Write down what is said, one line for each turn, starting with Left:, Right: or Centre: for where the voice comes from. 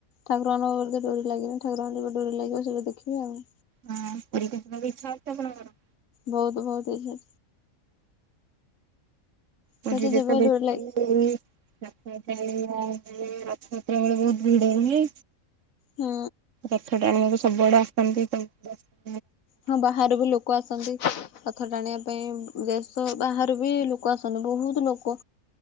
Left: ଠାକୁରଙ୍କର ଯଦି ଡୋରି ଲାଗିବନି, ଠାକୁରଙ୍କର ଯେବେ ଡୋରି ଲାଗିବ ସେବେ ଦେଖିବେ ଆଉ।
Right: ହଁ ପୁରୀକୁ ଯିବାକୁ ଇଚ୍ଛା ହଉଛି ଆପଣଙ୍କର?
Left: ବହୁତ ବହୁତ ଇଚ୍ଛା।
Right: ପୁରୀରେ
Left: ସେଇଠି ଯେବେ
Right: ତ ବେଶୀ
Left: ଡୋରି ଲାଗି
Right: <unintelligible> ଏ ରଥଯାତ୍ରା ବେଳେ ବହୁତ ଭିଡ ହୁଏ।
Left: ହୁଁ
Right: ରଥ ଟାଣିବାରେ ସବୁଆଡେ ଆସନ୍ତି ତ <unintelligible>
Left: ହଁ ବାହାରୁ ବି ଲୋକ ଆସନ୍ତି, ରଥ ଟାଣିବା ପାଇଁ ଯେ ସୋ ବାହାରୁ ବି ଲୋକ ଆସନ୍ତି, ବହୁତ ଲୋକ।